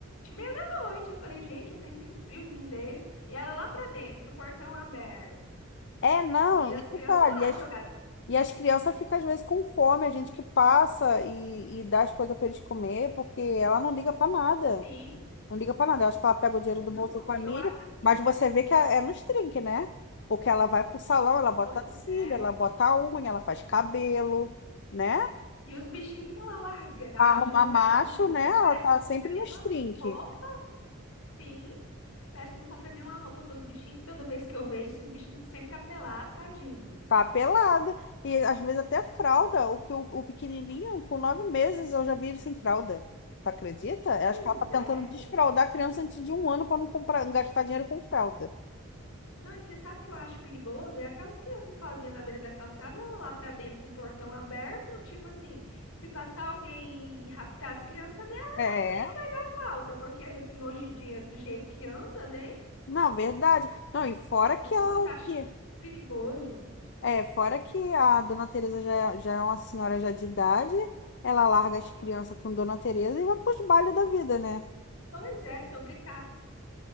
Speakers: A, on the left; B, on the left.
A: e meia da noite. Eu falei, gente, o tempinho friozinho desse. E ela lá pra dentro, e o portão aberto.
B: É, não,
A: E as
B: e detalhe,
A: crianças lá
B: as
A: jogadas.
B: E as crianças ficam, às vezes, com fome, a gente que passa e, e dá as coisas para eles comer, porque ela não liga para nada.
A: Sim,
B: Não liga para nada. Eu acho que ela pega o dinheiro
A: não,
B: do Bolsa Família,
A: e eu acho assim,
B: mas você vê que é é nos trinques, né? Porque ela vai pro salão, ela bota
A: pois
B: cílio,
A: é.
B: ela bota unha, ela faz cabelo, né?
A: E os bichinhos ficam lá largados,
B: Arruma
A: jogados,
B: macho,
A: menina.
B: né? Ela
A: E parece
B: tá
A: que não
B: sempre
A: compra nenhuma
B: nos trinques.
A: roupa. Sim, parece que não compra nenhuma roupa pros bichinhos, que toda vez que eu vejo, esses bichinhos sempre tá pelado, tadinho.
B: Papelada. E às vezes até fralda. O que o, o pequenininho, com nove meses, eu já vi ele sem fralda. Tu acredita?
A: Pois
B: Eu acho que ela tá tentando
A: é,
B: desfraldar a criança antes de um ano para não comprar, gastar dinheiro com fralda.
A: Não, e você sabe o que eu acho perigoso? É aquelas crianças sozinhas na beira da calçada, lá pra dentro com o portão aberto, tipo assim, se passar alguém e raptar as crianças dela,
B: É.
A: nem vai dar falta, porque em- hoje em dia, do jeito que anda, né?
B: Não, verdade. Não, e fora
A: Nossa,
B: que ela
A: acho
B: que
A: perigoso.
B: é, fora que a Dona Teresa já, é- já é uma senhora já de idade, ela larga as crianças com Dona Teresa e vai pros bailes da vida, né?
A: Pois é, sobrecarrega